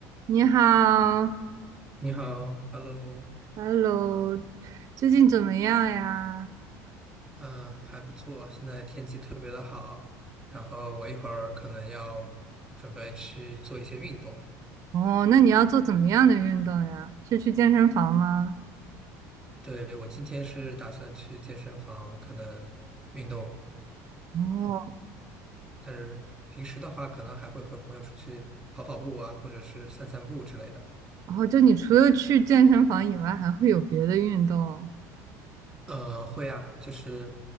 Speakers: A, on the right; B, in the centre.
A: 你好
B: 你好，Hello，
A: ，Hello，最近怎么样呀？
B: 嗯、还不错，现在天气特别的好，然后我一会儿可能要准备去做一些运动。
A: 哦，那你要做怎么样的运动呀？是去健身房吗？
B: 对，我今天是打算去健身房，可能运动，
A: 哦，
B: 但是平时的话，可能还会和朋友出去跑跑步啊，或者是散散步之类的。
A: 哦，就你除了去健身房以外，还会有别的运动？
B: 呃，会啊，就是